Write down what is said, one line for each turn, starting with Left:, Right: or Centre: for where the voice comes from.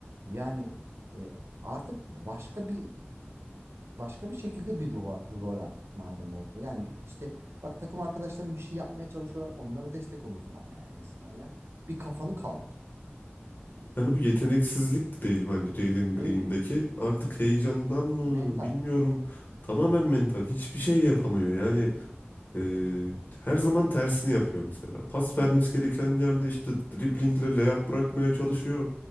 Right: Yani e, artık başka bir başka bir şekilde bir ro- rol al madem orada. Yani bir, işte bak takım arkadaşların bir şey yapmaya çalışıyorlar. Onlara destek ol o zaman yani en azından ya. Bir kafanı kaldır. E,
Left: yani bu yeteneksizlik de değil bence Jalen
Right: Değil
Left: Green'deki.
Right: değil.
Left: Artık heyecandan mı
Right: Mental.
Left: bilmiyorum. Tamamen
Right: Hı hı.
Left: mental. Hiçbir şey yapamıyor. Yani e, her zaman tersini yapıyor mesela. Pas
Right: Evet.
Left: vermesi gereken yerde işte driblingle layup bırakmaya
Right: Hı hı.
Left: çalışıyor.